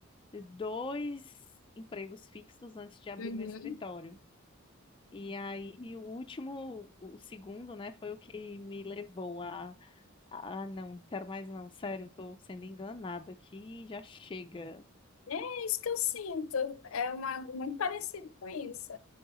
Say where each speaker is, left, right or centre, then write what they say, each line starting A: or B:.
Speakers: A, on the left (about 25°); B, on the left (about 80°).
A: dois empregos fixos antes de abrir
B: Uhum.
A: meu escritório. E aí, e o último, o segundo, né, foi o que me levou a, a, "Ah, não, não quero mais não, sério, estou sendo enganada aqui, já chega.
B: É isso que eu sinto. É uma, muito parecido com isso.